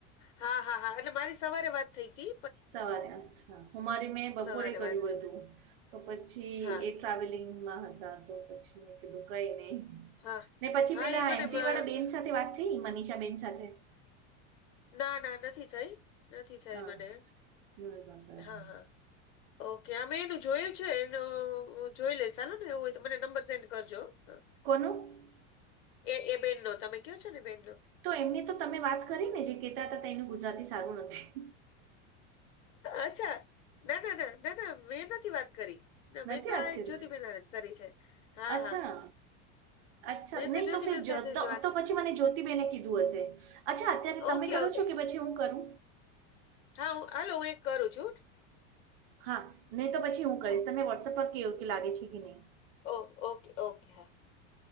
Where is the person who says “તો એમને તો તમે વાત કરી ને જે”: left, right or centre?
Right